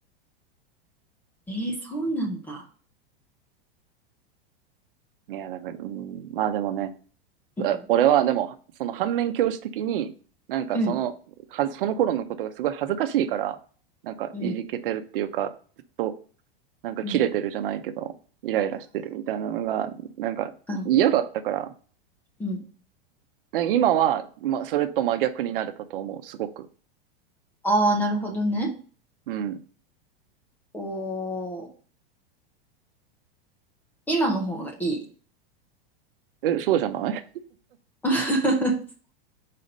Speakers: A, in the centre; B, on the right.
A: ええーそうなんだ。
B: いや、だから、うん。まあでもね、
A: うん、
B: 俺はでも、その反面教師的に、なんかその、
A: うん、
B: は、その頃のことがすごい恥ずかしいから、なんかいじけてるっていうか、
A: うん、
B: ずっと、なんか切れてるじゃないけど、
A: うん。うん、
B: イライラしてるみたいなのが、なんか嫌だったから、
A: うん、うん。
B: 今は、まあ、それと真逆になれたと思う、すごく。
A: ああ、なるほどね。
B: うん。
A: おー、今の方がいい。
B: え、そうじゃない
A: <laughs>